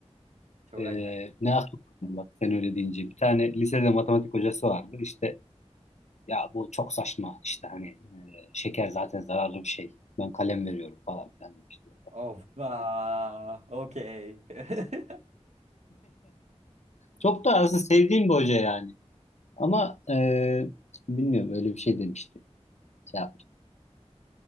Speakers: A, on the right; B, on the left.
A: Çok
B: Ee,
A: acayip.
B: ne aklıma bak sen öyle deyince bir tane lisede matematik hocası vardı işte ya bu çok saçma işte hani e, şeker zaten zararlı bir şey ben kalem veriyorum falan filan demişti.
A: Of. Aa, okey. <laughs>
B: Çok da aslında sevdiğim bir hoca yani ama e, bilmiyorum öyle bir şey demişti. Şey yaptı.